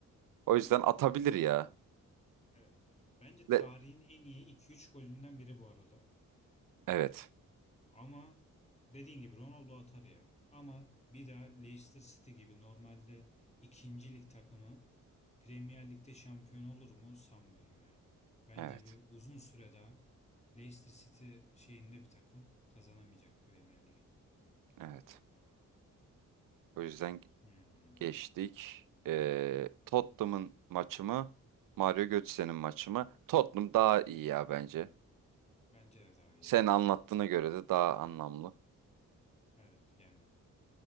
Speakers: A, on the right (about 70°); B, on the left (about 20°).
A: O yüzden atabilir ya.
B: Evet. Bence
A: Ve-
B: tarihin en iyi iki üç golünden biri bu arada.
A: evet,
B: Ama dediğin gibi Ronaldo atar ya. Ama bir daha Leicester City gibi normalde ikinci lig takımı Premier Lig'de şampiyon olur mu sanmıyorum ya. Bence
A: evet,
B: bir uzun süre daha Leicester City şeyinde bir takım kazanamayacak Premier Ligi.
A: evet. O yüzden
B: Hmm.
A: geçtik. E, Tottenham'ın maçı mı? Mario Götze'nin maçı mı? Tottenham daha iyi ya bence.
B: Bence de daha iyi
A: Sen
B: ya.
A: anlattığına göre de daha anlamlı.
B: Evet yani.